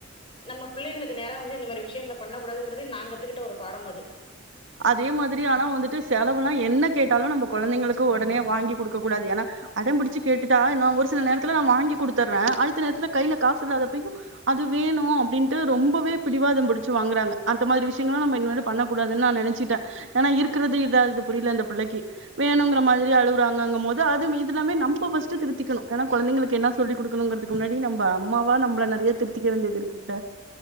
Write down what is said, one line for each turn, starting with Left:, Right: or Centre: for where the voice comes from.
Left: நம்ம புள்ளைகளுக்கு நேரா வந்து இந்த மாரி விஷயங்கள பண்ணகூடாதுங்கறது நா கத்துகுட்ட ஒரு பாடம் அது
Right: அதே மாதிரி ஆனா வந்துட்டு செலவுலா என்ன கேட்டாலு நம்ப கொழந்தைங்களுக்கு ஒடனே வாங்கி குடுக்க கூடாது ஏனா அடம்புடிச்சி கேட்டுட்டா நா ஒரு சில நேரத்துல நா வாங்கி குடுத்துர்ற அடுத்த நேரத்துல கைல காசு இல்லாதப்பயு அது வேணு அப்டின்ட்டு ரொம்பவே பிடிவாதம் புடிச்சு வாங்குறாங்க அந்த மாரி விஷயங்களா நம்ப இனிமேலு பண்ண கூடாது அதா நா நெனச்சிட்ட ஏனா இருக்குறது இதா இது புரியல இந்த புள்ளைக்கி வேணுங்கற மாதிரி அழுவுறாங்கங்கும் போது அது இதுல்லாமே நம்ப ஃபஸ்டு திருத்திக்கணு ஏனா கொழந்தைங்களுக்கு என்ன சொல்லி குடுக்கணுங்கறது முன்னாடி நம்ப அம்மாவா நம்ல நெறையா திருத்திக்க வேண்டியதுருக்குல்ல